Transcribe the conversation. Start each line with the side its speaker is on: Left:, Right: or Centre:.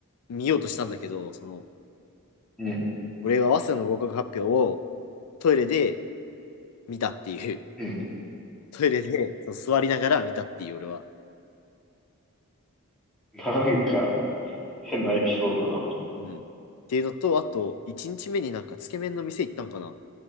Left: 見ようとしたんだけど、その、
Centre: うん、
Left: 俺が早稲田の合格発表をトイレで見たっていう
Centre: うん。
Left: トイレでそう座りながら見たっていう、俺は。
Centre: なんか、変なエピソードだな。
Left: うん。っていうのと、あと、1日目になんかつけ麺の店行ったんかな。